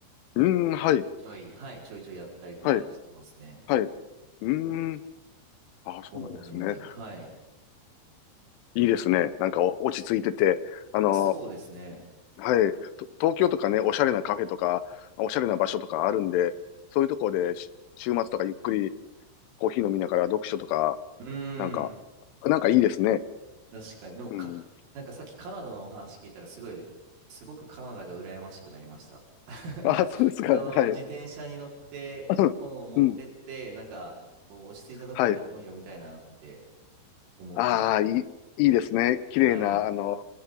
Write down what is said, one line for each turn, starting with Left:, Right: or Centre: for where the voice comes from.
Left: ーん、はい。
Right: ちょいちょい、はい、ちょいちょいやったりとかしてますね。
Left: はい。はい。うーん。あ、そうなんですね。
Right: 本は読んだり、はい。
Left: いいですね。なんかお落ち着いてて、あの、
Right: そうですね。
Left: はい。と東京とかね、おしゃれなカフェとか、おしゃれな場所とかあるんで、そういうところでし週末とかゆっくりコーヒー飲みながら読書とか、
Right: うーん、
Left: なんか、なんかいいですね。
Right: 確かに。でもか、
Left: うん。
Right: なんかさっきカナダのお話聞いたら、すごい、すごくカナダが羨ましくなりました。<laughs>
Left: あ、そうですか。
Right: その自転車に乗って本を持ってって、
Left: はい。うん。うん。
Right: なんかこう落ち着いたところで本読みたいなって
Left: はい。
Right: 思っちゃいます。
Left: ああ、いい、いいですね。綺麗な、
Right: はい。
Left: あの、